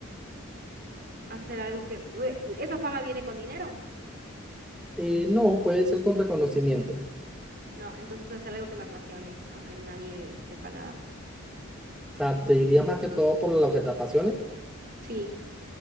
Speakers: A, on the right (about 45°); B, in the centre.
A: Hacer algo que... Ue, ¿Esa fama viene con dinero?
B: Eh, no, puede ser con reconocimiento. O
A: No, entonces hacer algo que me apasione, aunque nadie sepa nada.
B: sea, te iría más que todo por lo que te apasione.
A: Sí.